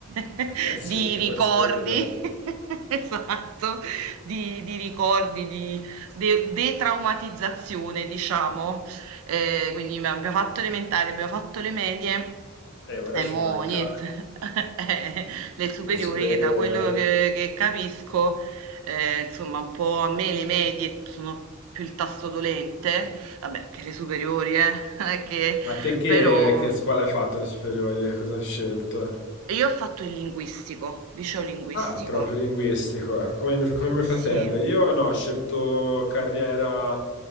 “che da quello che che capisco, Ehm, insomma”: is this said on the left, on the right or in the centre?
Right